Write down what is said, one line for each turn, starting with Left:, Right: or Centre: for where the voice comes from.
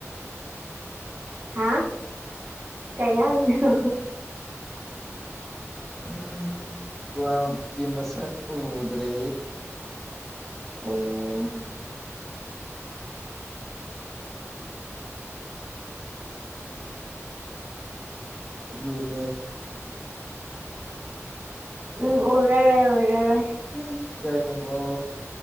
Right: ꯍꯥꯥ ꯀꯩ ꯍꯥꯏꯅꯣ
Centre: ꯎꯝ ꯀ꯭ꯂꯥꯎꯠꯀꯤ ꯃꯁꯛ ꯎꯗ꯭ꯔꯦ
Right: ꯑꯣ
Centre: ꯨꯅꯦ
Right: ꯎꯝ ꯑꯣꯔꯥ ꯔꯣꯏ ꯑꯣꯔꯥ ꯔꯣꯏ
Centre: ꯎꯝ ꯀꯉꯕꯣ